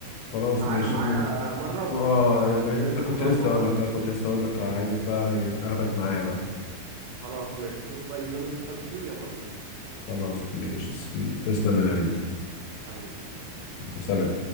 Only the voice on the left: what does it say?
خلاص
مش المهم
اه يعني
كنت
لسه
اقول لك آه، كنت لسه اقول لك عايزك بقى يعني اخدك معايا بقى
خلاص مش تسلم يا نبي
سلام